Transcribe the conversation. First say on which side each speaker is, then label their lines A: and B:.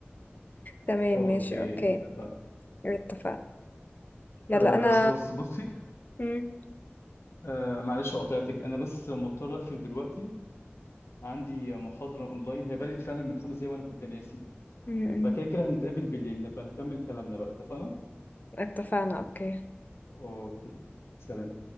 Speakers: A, on the left; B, on the left.
A: تمام
B: اوكي
A: ماشي أوكي
B: اتفق
A: اتفقنا يلا
B: أه
A: أنا
B: خلاص بصي
A: مم.
B: أه معلش قاطعتك انا بس مضطر اقفل دلوقتي عندي محاضرة اونلاين هي بدأت فعلا من خمس دقايق وانا كنت ناسي
A: مم.
B: فكده كده هنتقابل بالليل نبقى نكمل كلامنا بقى اتفقنا
A: اتفقنا أوكي
B: اوكي سلام